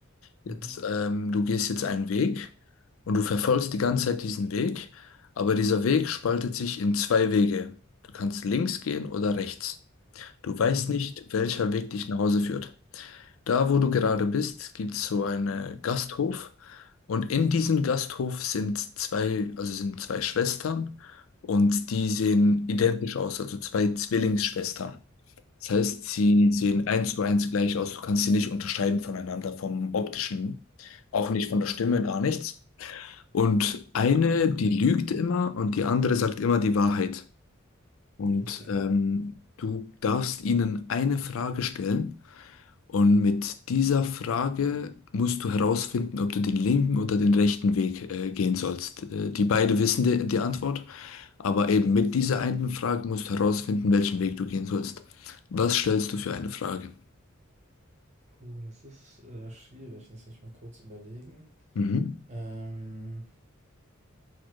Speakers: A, on the left; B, on the right.
A: Jetzt,
B: mhm,
A: ähm, du gehst jetzt einen Weg und du verfolgst die ganze Zeit diesen Weg, aber dieser Weg spaltet sich in zwei Wege. Du kannst links gehen oder rechts. Du weißt
B: mhm.
A: nicht, welcher Weg dich nach Hause führt. Da, wo du gerade bist, gibt es so einen äh, Gasthof und in diesem Gasthof sind zwei, also sind zwei Schwestern und die sehen identisch aus, also zwei Zwillingsschwestern. Das heißt, sie sehen eins zu eins gleich aus. Du kannst sie nicht unterscheiden voneinander vom optischen, auch nicht von der Stimme, gar nichts. Und eine, die lügt immer und die andere sagt immer die Wahrheit. Und
B: Okay.
A: ähm, du darfst ihnen eine Frage stellen. Und mit dieser Frage musst du herausfinden, ob du den linken oder den rechten Weg äh, gehen sollst. Äh, die beide wissen die, die Antwort, aber eben mit dieser einen Frage musst du herausfinden, welchen Weg du gehen sollst. Was stellst du für eine Frage?
B: Puh, das ist äh, schwierig. Lass mich mal kurz überlegen.
A: Mhm.
B: Ähm,